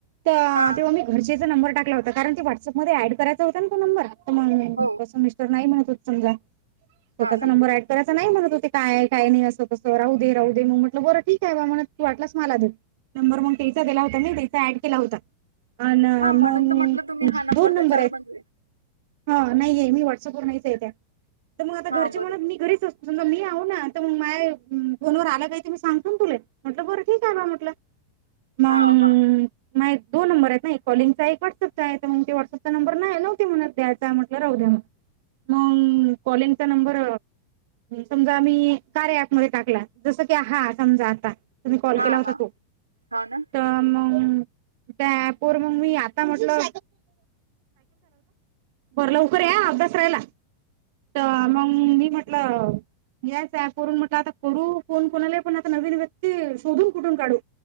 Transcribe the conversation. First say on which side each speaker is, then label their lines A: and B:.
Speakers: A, on the right; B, on the right.
A: ता
B: हा
A: तेव्हा मी घरचेचा नंबर टाकला होता कारण ते व्हॉट्सअपमध्ये ऍड करायचा होता ना तो नंबर त म्हण
B: हो
A: तसं मिस्टर नाही म्हणत होत समजा, स्वतःचा
B: हा ना
A: नंबर एड तसं नाही म्हणत होते काय काय नाही असं कसं राहू दे राहू दे मग म्हटलं बरं ठीक आहे बा म्हणत तू वाटलंस मला दे नंबर मग त्याचा दिला होता मी त्याचा ऍड केला होता. आ ना
B: हा म्हणून
A: मंग
B: तर म्हटलं तुम्ही हा
A: दोन
B: त्याच्यावर
A: नंबर आहेत.
B: म्हणजे
A: हा नाहीये मी व्हॉट्सअप वर नाहीच त्या. तर मग आता
B: हा
A: घरचे
B: बरोबर
A: म्हणत मी घरीच असतो ना मी आहो ना तर मग माय फोनवर आला काही ते मी सांगतो तुला म्हटलं बरं ठीक आहे बा म्हटलं मंग
B: हा हा
A: मायेत दो नंबर आहेत ना एक कॉलिंगचा वॉटसअपचा आहे तर मग ते व्हॉट्सअपचा नंबर नाय नव्हत्या म्हणत द्यायचाय म्हटलं राहू दया. मंग कॉलिंगचा नंबर समजा आम्ही कार्या ऐप मध्ये टाकला जसं की हात समजा आता तुम्ही कॉल
B: हा
A: केला होता
B: हा
A: तो
B: हो ना
A: तर मग त्या पोरं मग मी आता म्हटलं बरं लवकर या अभ्यास राहिला तर मग मी म्हटलं यास ऍप वरून म्हटलं आता करू फोन कोणाला पण आता नवीन व्यक्ती शोधून कुठून काढू?